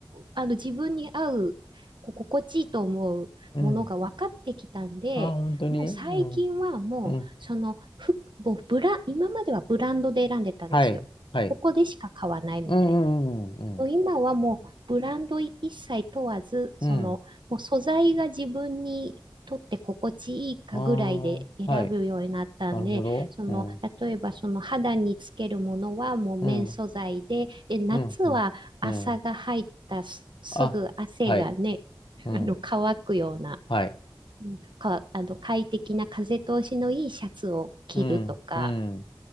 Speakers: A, on the right (about 70°); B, on the left (about 80°).
A: あの、自分に合う、こう心地いいと思うものが分かってきたんで、
B: うん。うん。ああ、本当にうん、
A: もう最近はもう、
B: うん。
A: その、服もうブラ、今まではブランドで選んでたんですよ。
B: はい、はい。
A: ここでしか買わないみたいな。
B: うん、うん、
A: もう今はもうブランド一切問わず、
B: うん、
A: そのもう素材が自分にとって心地いいかぐらいで選ぶようになったんで、
B: うん。うん。ああ、はい。なるほど。
A: その例えばその肌につけるものはもう綿素材で、
B: うん。うん。
A: で夏は朝が入ったす、
B: うん。うん。うん。
A: すぐ汗がね、
B: あ、はい。
A: <laughs>
B: うん。
A: あの乾くような、
B: はい。
A: うんか、あの快適な風通しのいいシャツを着るとか。
B: うん。うん。